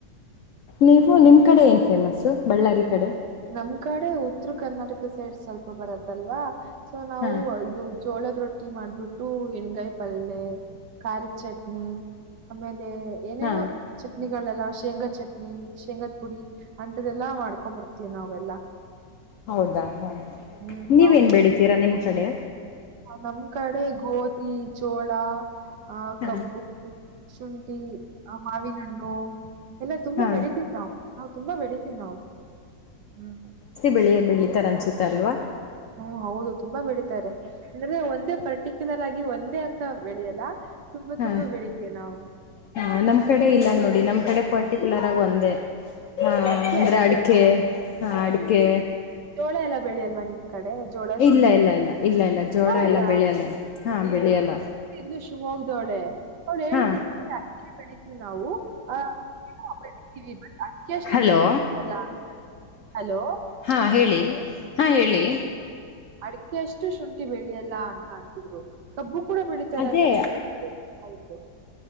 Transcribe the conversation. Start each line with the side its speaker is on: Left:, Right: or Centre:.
Left: ನೀವು ನಿಮ್ ಕಡೆ ಏನ್ ಫೇಮಸ್ ಬಳ್ಳಾರಿ ಕಡೆ
Right: ನಮ್ ಕಡೆ ಉತ್ತರ ಕರ್ನಾಟಕ ಸೈಡ್ ಸ್ವಲ್ಪ ಬರತ್ತಲ್ವಾ ಸೊ ನಾವು
Left: ಹಾ
Right: ಇದು ಜೋಳದ ರೊಟ್ಟಿ ಮಾಡ್ಬಿಟ್ಟು ಎಣಗಾಯಿ ಪಲ್ಯ ಖಾರದ ಚಟ್ನಿ ಆಮೇಲೆ ಏನೇನು
Left: ಹಾ
Right: ಚಟ್ನಿಗಳೆಲ್ಲ ಶೇಂಗಾ ಚಟ್ನಿ ಶೇಂಗಾದ ಪುಡಿ ಅಂತದೆಲ್ಲಾ ಮಾಡ್ಕೊಬರ್ತ ಅವಿ ನಾವೆಲ್ಲ
Left: ಹೌದಾ ಹ
Right: ಹ್ಮ್
Left: ನೀವೇನ್
Right: ಹೌದು
Left: ಬೆಳಿತೀರಾ ನಿಮ್ ಕಡೆ
Right: ನಮ್ ಕಡೆ ಗೋಧಿ ಚೋಳ ಆ
Left: ಹಾ
Right: ಕಬ್ಬು ಶುಂಠಿ ಆ ಮಾವಿನಹಣ್ಣು ಎಲ್ಲ ತುಂಬಾ
Left: ಹಾ
Right: ಬೆಳಿತೀವಿ ನಾವು ನ ತುಂಬಾ ಬೆಳಿತೀವಿ ನಾವು ಹ್ಮ
Left: ಬೆಳೆಯ ಬೆಳಿತಾರೆ ಅನ್ಸುತ್ತೆ ಅಲ್ವಾ
Right: ಹ್ಮ್ ಹೌದು ತುಂಬಾ ಬೆಳಿತಾರೆ ಅಂದ್ರೆ ಒಂದೇ ಪರ್ಟಿಕ್ಯುಲರ್ ಆಗಿ ಒಂದೇ ಅಂತ ಬೆಳೆಯಲ್ಲ ತುಂಬಾ
Left: ಹಾ
Right: ತುಂಬಾ ಬೆಳೀತೀವಿ ನಾವು
Left: ಹಾ ನಮ್ ಕಡೆ ಇಲ್ಲ ನೋಡಿ ನಮ್ ಕಡೆ ಪರ್ಟಿಕ್ಯುಲರ್ ಆಗಿ ಒಂದೇ ಹಾ
Right: ಅಡ್ಕೆ
Left: ಅಂದ್ರೆ
Right: ಅಷ್ಟೇನಾ
Left: ಅಡಿಕೆ ಹ ಅಡಕೆ
Right: ಜೋಳೆ ಎಲ್ಲ ಬೆಳಿ ಅಲ್ವ ನಿಮ್ ಕಡೆ ಜೋಳ
Left: ಇಲ್ಲ
Right: ಶುಂಠಿ
Left: ಇಲ್ಲ ಇಲ್ಲ ಇಲ್ಲ ಇಲ್ಲ ಜೋಳ
Right: ಹೌದಾ
Left: ಎಲ್ಲ ಬೆಳೆಯಲ್ಲ ಹಾ ಬೆಳೆಯಲ್ಲ
Right: ಇದ್ಲು ಶಿವಮೊಗ್ವಳೆ ಅವ್ಳು ಹೇಳ್ತನ್
Left: ಹಾ
Right: ಅದಕ್ಕೆ ಬೆಡಿತವಿ ನಾವು ಆ ಟ್ ಅಷ್ಟು
Left: ಹಲೋ
Right: ಶುಂಠಿ ಗತ್ತಲ್ಲ ಅ ಹಲೋ <unintelligible>
Left: ಹಾ ಹೇಳಿ ಹಾ ಹೇಳಿ
Right: ಅಡಕೆ ಅಷ್ಟು ಶುಂಠಿ ಬೆಳಿಯಲ್ಲ ಅಂತ ಅಂತಿದ್ರು ಕಬ್ಬು ಕೂಡ ಬೆಳಿತಾರೆ
Left: ಅದೇ
Right: ಅಂತ ನನ್ ಆಯತು